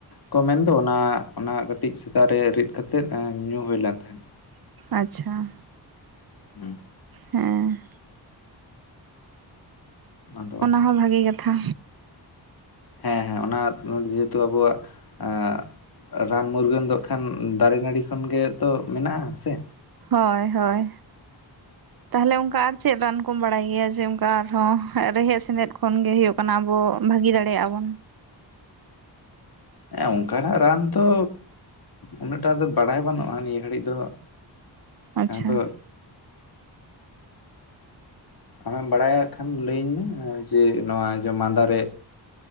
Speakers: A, on the left; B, on the right.
A: ᱠᱚ ᱢᱮᱱᱫᱚ ᱚᱱᱟ ᱚᱱᱟ ᱠᱟᱹᱴᱤᱡ ᱥᱮᱛᱟᱜ ᱨᱮ ᱨᱤᱫ ᱠᱟᱛᱮᱫ ᱧᱩ ᱦᱩᱭᱞᱱ ᱛᱟᱦᱮᱸᱫ᱾
B: ᱟᱪᱪᱷᱟ᱾
A: ᱦᱩᱸ᱾
B: ᱦᱮᱸ᱾
A: ᱟᱫᱚ
B: ᱚᱱᱟ ᱦᱚᱸ ᱵᱷᱟᱜᱤ ᱠᱟᱛᱷᱟ᱾
A: ᱦᱮᱸ ᱦᱮᱸ ᱚᱱᱟ ᱡᱮᱦᱮᱛᱩ ᱟᱵᱚᱣᱟᱜ ᱮ ᱨᱟᱱ ᱢᱩᱨᱜᱟᱹᱱ ᱫᱚ ᱮᱠᱷᱟᱱ ᱫᱟᱨᱮ ᱱᱟᱹᱲᱤ ᱠᱷᱚᱱ ᱜᱮ ᱛᱚ ᱢᱮᱱᱟᱜᱼᱟ ᱥᱮ?
B: ᱦᱳᱭ ᱦᱳᱭ ᱛᱟᱦᱚᱞᱮ ᱚᱱᱠᱟ ᱟᱨ ᱪᱮᱫ ᱨᱟᱱ ᱠᱚᱢ ᱵᱟᱲᱟᱭ ᱜᱮᱭᱟ ᱡᱮ ᱚᱱᱠᱟ ᱟᱨᱦᱚᱸ ᱨᱮᱦᱮᱫ ᱥᱮᱸᱮᱫ ᱠᱷᱚᱱ ᱜᱮ ᱦᱳᱭᱜ ᱠᱟᱱᱟ ᱟᱵᱚ ᱵᱷᱟᱜᱤ ᱫᱟᱲᱮᱭᱟᱜᱼᱟ ᱵᱚᱱ᱾
A: ᱦᱮᱸ ᱚᱱᱠᱟᱱᱟᱜ ᱨᱟᱱ ᱛᱚ ᱩᱱᱟᱹᱜᱴᱟ ᱫᱚ ᱵᱟᱲᱟᱭ ᱵᱟᱹᱱᱩᱜᱼᱟ ᱱᱤᱭᱟᱹ ᱜᱷᱟᱹᱲᱤᱡ ᱫᱚ
B: ᱟᱪᱪᱷᱟ
A: ᱟᱫᱚ ᱟᱢᱮᱢ ᱵᱟᱲᱟᱭᱟᱜ ᱠᱷᱟᱱ ᱞᱟᱹᱭᱟᱹᱧ ᱢᱮ ᱡᱮ ᱱᱚᱣᱟ ᱡᱮ ᱢᱟᱫᱟᱨᱮ